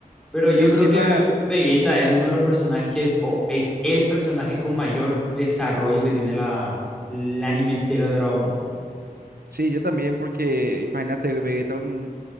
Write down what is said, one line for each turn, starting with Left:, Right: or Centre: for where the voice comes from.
Centre: Pero yo
Right: Y encima,
Centre: creo que Vegeta es uno de los personajes que es, o es el personaje con mayor desarrollo que tiene la, el anime entero de Dragon Ball.
Right: sí, yo también, porque imagínate, Vegeta, un,